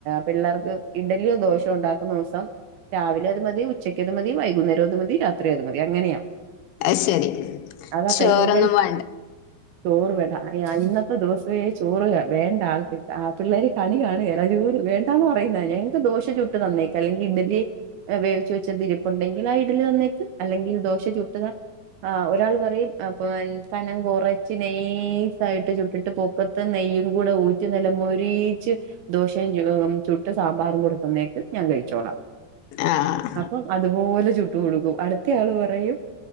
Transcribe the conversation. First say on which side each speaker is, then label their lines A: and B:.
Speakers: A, on the right; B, on the left.
A: പിള്ളേർക്ക് ഇഡലിയോ ദോശയോ ഒണ്ടാകുന്ന ദിവസം രാവിലെ അത് മതി ഉച്ചക്ക് അത് മതി വൈകുന്നേരോം അത് മതി രാത്രി അത് മതി അങ്ങനെയാ
B: അത്ശേരി
A: അതാ
B: ചോറൊന്നും
A: ഭയങ്കര
B: വെ
A: ചോറ് വേ ആ ഇന്നത്തെ ദിവസവേ ചോറ് വേണ്ട ആൾക്ക് പിള്ളേര് കളി കാണുകേല വേണ്ടാന്നു പറയുന്നതാ ഞങ്ങൾക്ക് ദോശ ചുട്ടു തെന്നേക്ക് അല്ലെകിൽ ഇഡലി വേവിച്ചു വെച്ചത് ഇരിപ്പുണ്ടെങ്കിൽ ആ ഇഡലി തന്നേക്ക് അല്ലെങ്കിൽ ദോശ ചുട്ടു താ ആ ഒരാള് പറയും അപ്പോ കനം കുറച്ച് നൈസ് ആയിട്ട് ചുട്ടിട്ടു പൊക്കത്ത് നെയ്യും കൂടെ ഊറ്റി നല്ല മൊരിച്ചു ദോശയും ചുടും ചുട്ടു സാമ്പാറും കൂടെ തന്നേക്ക് ഞാൻ കഴിച്ചോളാം
B: ആഹ്
A: അപ്പൊ അത്പോലെ ചുട്ടു കൊടുക്കും അടുത്തയാളു പറയും